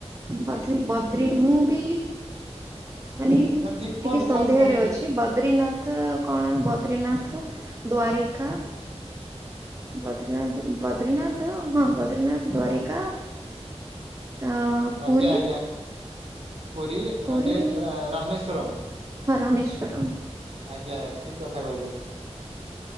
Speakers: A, on the right (about 25°); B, on the right (about 55°).
A: ବଦ୍ରି ବଦ୍ରି ମୁଁ ବି ମାନେ
B: ନା ଠିକ କୁହନ୍ତୁ
A: ଟିକେ ସନ୍ଦେହରେ
B: କୁହନ୍ତୁ କୁହନ୍ତୁ
A: ଅଛି ବଦ୍ରିନାଥ ନାଥ କଣ ବଦ୍ରିନାଥ ଦ୍ଵାରିକା ବଦ୍ରିନାଥ, ବଦ୍ରିନାଥ ହଁ ବଦ୍ରିନାଥ ଦ୍ଵାରିକା ଅ-ଅ-ଅ
B: ଆଜ୍ଞା
A: ପୁରୀ
B: ଆଜ୍ଞା ପୁରୀ
A: ପୁରୀ
B: ଆଣ୍ଡେ ରାମେଶ୍ୱରମ୍।
A: ହଁ ରାମେଶ୍ୱରମ୍।
B: ଆଜ୍ଞା ଠିକ୍ କଥା କହିଲେ।